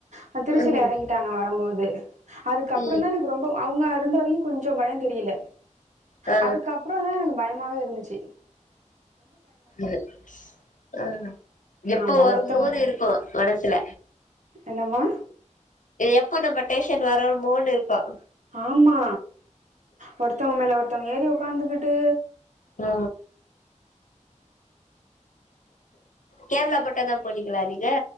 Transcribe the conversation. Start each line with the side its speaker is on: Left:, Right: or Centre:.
Right: அ திருச்சில
Left: ம்
Right: எறங்கிடாங்க வரும்போது அதுக்கப்புறந்தா
Left: ம்
Right: எனக்கு ரொம்ப அவுங்க இருந்த வரையு கொஞ்சோ பயோ தெரியல
Left: ஆ
Right: அதுக்கப்புறோ தா எனக்கு பயமாவே இருந்துச்சி
Left: ம் ம் ஆ எப்போ
Right: ஆமா
Left: வரும்
Right: ஒருத்தவங்க
Left: போது இருக்கும் மனசுல
Right: என்னம்மா
Left: எப்ப நம்ம டேஷன் வரமோன்னு இருக்கும்
Right: ஆமா ஒருத்தவுங் மேல ஒருத்தவுங் ஏறி உக்காந்துகிட் டு
Left: ஆ கேரளா பட்ட தா போனீங்ளா நீங் ஏ